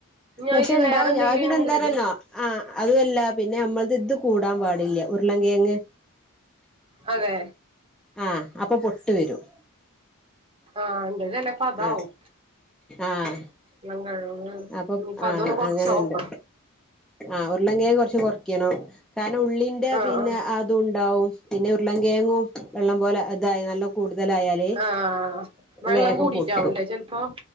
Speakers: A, in the centre; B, on the right.
A: പക്ഷെ
B: അയില്
A: ഇണ്ടാവും
B: വേറെ എന്തെങ്കിലും
A: ഞൻ പിന്നെ
B: ഇൻഗ്രീഡി
A: എന്താ പറയണേ? <inaudible> ആഹ് അതുമല്ല പിന്നെ നമ്മളത് ഇത് കൂടാൻ പാടില്ല ഉരുളങ്കിയങ്ങ്.
B: അതെ.
A: ആ അപ്പൊ പൊട്ട് വരും.
B: ആഹ് എന്റേത് ചെലപ്പോ അതാവും
A: ആഹ ആഹ
B: <unintelligible>
A: അപ്പൊ
B: ഇനിയിപ്പ
A: ആ
B: അതൊന്ന് കൊറച്ച്
A: അങ്ങനുണ്ട്.
B: നോക്കണം
A: ആ ഉരുളങ്കെയങ്ങ് കൊറച്ച് കൊറക്കണം കാരണം ഉള്ളിന്റെ
B: ആഹ്
A: പിന്നെ
B: ആഹ്
A: അതുഉണ്ടാവും. പിന്നെ ഉരുളങ്കെയങ്ങും വെള്ളം പോലെ ഇതായി നല്ല. കൂടുതലായാല്
B: ആഹ് വെള്ളം
A: വേഗം
B: കൂടിട്ടാവുംല്ലേ
A: പൊട്ടും.
B: ചെലപ്പോ